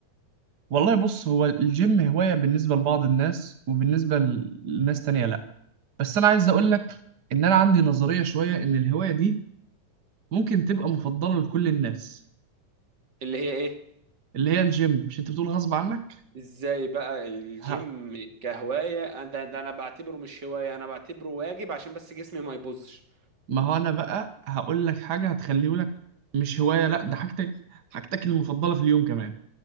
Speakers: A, on the right; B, on the right.
A: والله بص هو الجيم هواية بالنسبة لبعض الناس وبالنسبة لناس تانية لا بس انا عايز اقول لك ان انا عندي نظرية شوية ان الهواية دي ممكن تبقى مفضلة لكل الناس
B: اللي هي ايه
A: اللي هي الجيم مش انت بتقول غصب عنك
B: ازاي بقى الجيم
A: ها
B: كهواية أنا- ده, ده انا بعتبره مش هواية انا بعتبره واجب عشان بس جسمي ما يبوظش
A: ما هو انا بقى هقول لك حاجة هتخليه لك مش هواية لا ده حاجتك حاجتك المفضلة في اليوم كمان